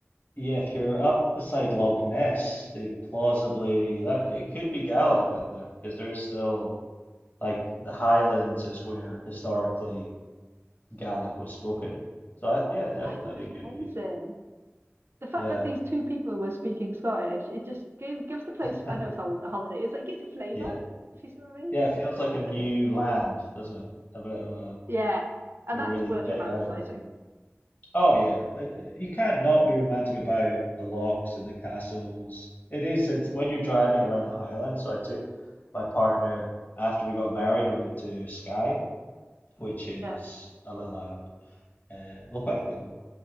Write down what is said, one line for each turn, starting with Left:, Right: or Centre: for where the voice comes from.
Left: yeah, if you're up beside Loch Ness, they plausibly that it could be Gaelic up there because there's still like the Highlands is where historically Gaelic was spoken. So I, yeah, definitely
Right: I thought
Left: they
Right: it
Left: could
Right: was amazing.
Left: be.
Right: The fact
Left: Yeah,
Right: that these two people were speaking Scottish, it just gave gives the place,
Left: <laughs>
Right: I know it's a holiday, it's like gives it flavour,
Left: yeah.
Right: if you see what I mean.
Left: Yeah, it feels like a new
Right: I think
Left: land, doesn't it? A bit of a
Right: Yeah, and
Left: you're
Right: that's
Left: really
Right: worth
Left: getting
Right: romanticizing.
Left: out of them. Oh yeah, I, I- you can't not be romantic about the locks and the castles. It is since when you're driving around the Highlands. So I took my partner after we got married. We went to Skye, which is
Right: Yeah,
Left: a little island, uh, well, quite a big one.